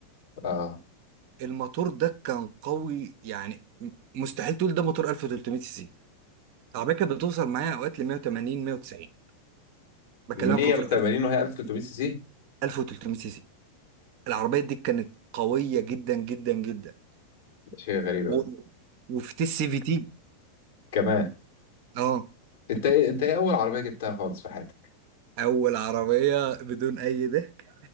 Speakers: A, on the left; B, on the right.
A: اه
B: الموتور ده كان قوي يعني م- مستحيل تقول ده موتور 1300 سي سي العربية كانت بتوصل معايا اوقات ل 180 190 بكلمك
A: 180
B: في موتور 1000
A: وهي 1300 سي سي
B: 1300 سي سي العربية دي كانت قوية جدا جدا جدا
A: ده شيء غريب أوي
B: و... وفي تي سي في تي
A: كمان
B: اه
A: انت ايه انت ايه اول عربية جبتها خالص في حياتك؟
B: اول عربية بدون اي ضحك